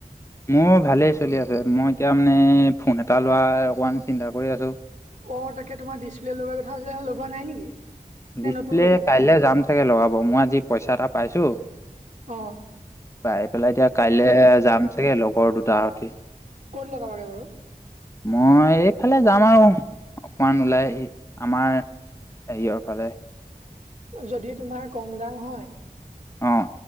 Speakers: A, on the left; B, on the right.
A: মোৰ ভালেই চলি আছে মই এতিয়া মানে ফোন এটা লোৱাৰ অকণমান চিন্তা কৰি আছোঁ
B: অ তাকে তোমাৰ ডিছপ্লে লগোৱা কথা আছিলে ন লগোৱা নাই নেকি নে
A: ডিচপ্লে
B: নতুন ল'বা?
A: কাইলে যাম চাগে লগাব মই আজি পইচা এটা পাইছো
B: অঁ
A: পাই পেলাই এতিয়া কাইলৈ যাম চাগে লগৰ দুটাহতে
B: ক'ত লগাবাগে বাৰু?
A: মই ইফালে যাম আৰু অকমান ওলাই আমাৰ হেৰিয়ৰ ফালে
B: যদি তোমাৰ কম দাম হয়
A: অঁ